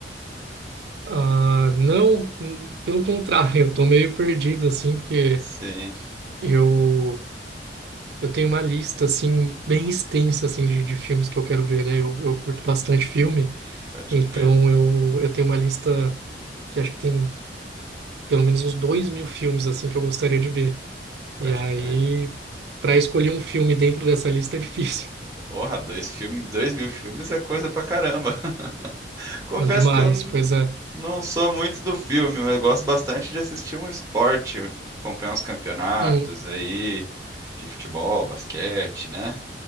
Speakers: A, on the right; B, on the right.
A: Ah, não, n- pelo contrário, <laughs> eu tô meio perdido, assim, porque
B: Sim,
A: eu, eu tenho uma lista, assim, bem extensa, assim, de, de filmes que eu quero ver, né? Eu, eu curto bastante filme,
B: pode
A: então
B: crer,
A: eu, eu tenho uma lista que acho que tem pelo menos uns dois mil filmes, assim, que eu gostaria de ver.
B: pode
A: E aí,
B: crer.
A: para escolher um filme dentro dessa lista é difícil.
B: Porra, dois filmes, dois mil filmes é coisa pra caramba. <laughs>
A: <laughs>
B: Confesso
A: Não demais,
B: que eu não,
A: pois é.
B: não sou muito do filme, mas gosto bastante de assistir um esporte, acompanhar uns campeonatos
A: Hum.
B: aí de futebol, basquete, né?